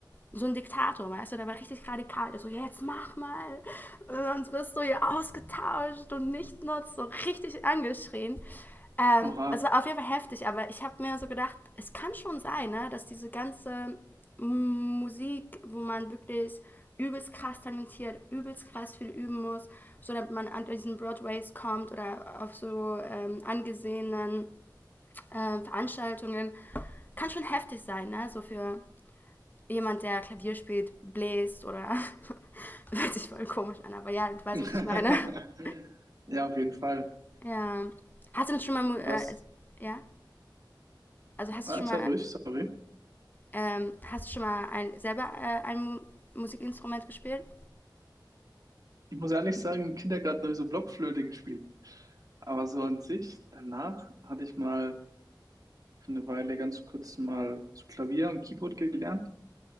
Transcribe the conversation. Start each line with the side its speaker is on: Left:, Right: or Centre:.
Left: so ein Diktator, weißt du, der war richtig radikal. Der so, ja, jetzt mach mal, Äh, sonst wirst du hier ausgetauscht und nicht nutzt, so richtig angeschrien. Ähm,
Right: Oha.
Left: es auf jeden Fall heftig, aber ich habe mir so gedacht, es kann schon sein, ne, dass diese ganze Musik, wo man wirklich übelst krass talentiert, übelst krass viel üben muss, so damit man an diesen Broadways kommt oder auf so ähm, angesehenen äh, Veranstaltungen kann schon heftig sein, ne? So für jemand, der Klavier spielt, bläst oder <laughs> hört sich voll komisch an, aber ja, du weißt,
Right: <laughs>
Left: was ich meine. <laughs>
Right: Ja, auf jeden Fall.
Left: Ja. Hast du schon mal,
Right: Du
Left: äh,
Right: hast,
Left: ja? Also hast
Right: warte
Left: du schon mal,
Right: ruhig, sorry.
Left: ähm, hast du schon mal ein, selber äh, ein Mu Musikinstrument gespielt?
Right: Ich muss ehrlich sagen, im Kindergarten habe ich so Blockflöte gespielt. Aber so an sich, danach hatte ich mal für eine Weile ganz kurz mal so Klavier und Keyboard gelernt.